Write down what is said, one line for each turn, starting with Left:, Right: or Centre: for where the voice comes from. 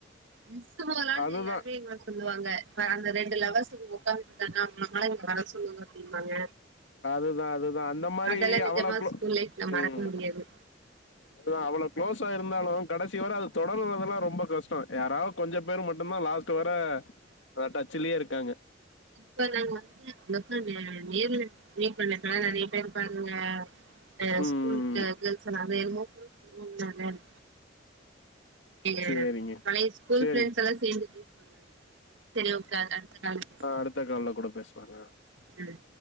Right: மிஸ்சு மொதல்லந்து
Left: அதுதா
Right: எல்லாருமே எங்கள சொல்லுவாங்க ப அந்த ரெண்டு லவ்ர்ஸ் ஒக்க்காந்துட்ருக்காங்க அவுங்கள மொதல்ல வர சொல்லுங்க அப்டிம்பாங்க
Left: அதுதா அதுதா அந்த மாரி
Right: அதெல்லா நெஜமா
Left: அவ்ளோ குளோ
Right: ஸ்கூல் லைஃப்ல மறக்க
Left: ம்
Right: முடியாது
Left: அதுதா அவ்ளோ குளோஸ்ஸா இருந்தாலு கடைசி வர அது தொடர்றதுல்லா ரொம்ப கஷ்டோ யாராவ் கொஞ்சப் பேரு மட்டுந்தா லாஸ்ட் வர அந்த டச்சுலேயே இருக்காங்க
Right: இப்ப நாங்க வந்து அவ்ளாக்கா நேர்ல மீட் பண் <unintelligible> நெறைய பேர் இருப்பாங்கங்க அ
Left: ம்
Right: ஸ்கூல் கேர்ள்ஸ்ல்லாமே என்னமோ கூட சொல்லுவாங்ளே அத எங்க
Left: சேரிங்க
Right: பழைய ஸ்கூல்
Left: சேரிங்க
Right: ஃப்ரண்ட்ஸ் எல்லா சேந்து பேசுவாங்கல்ல சரி ஓக்கார் அடுத்த கால்ல பேசலா
Left: ஆ அடுத்த கால்ல கூட பேசுலாங்க
Right: ம்